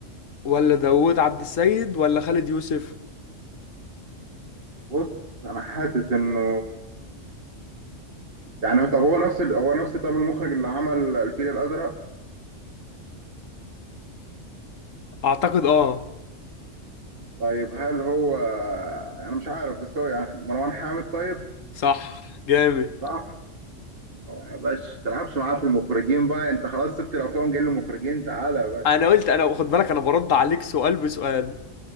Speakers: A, on the left (about 80°); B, on the right (about 45°).
A: ولا داوود عبد السيد ولا خالد يوسف
B: بص انا حاسس انه يعني هو- طب هو نفس ال- هو نفس طب المخرج اللي عمل الفيل الازرق
A: اعتقد اه
B: طيب هل هو انا مش عارف بس هو يعني مروان حامد طيب
A: صح جامد
B: صح أه يا باشا تلعبش معاه في المخرجين بقى انت خلاص سبت الافلام جاي له مخرجين تعالى يا باشا
A: انا قلت انا خد بالك انا برد عليك سؤال بسؤال